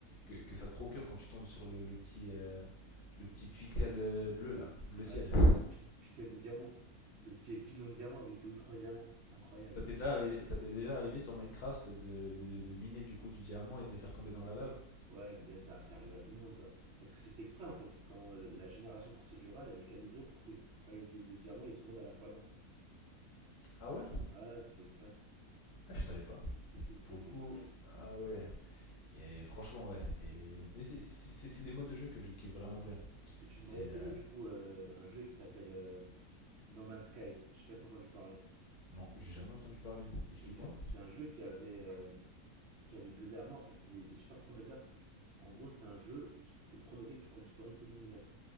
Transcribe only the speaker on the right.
Ouais,
le petit
pi- pi- pixel de diamant. Le petit filon de diamant avec deux ou trois diamants. Incroyable.
Ouais, bien sûr, ça, ça arrive à tout le monde, ça. Parce que c'est fait exprès, en fait. Quand euh, la génération procédurale, elle est calibrée pour que, quand il y a du- des diamants, il y a souvent de la lave pas loin.
Ouais, ouais, c'est fait exprès.
Si, si, c'est
fait
exprès.
Mais tu
devrais essayer
du coup euh, un jeu qui s'appelle euh, No Man's Skies. Je sais pas si t'as entendu parler.
C'est
c'est- c'est un jeu qui avait, euh, qui avait buzzé à mort parce qu'il était super prometteur. En gros, c'était un jeu qui te promettait que tu pourrais explorer tout l'univers.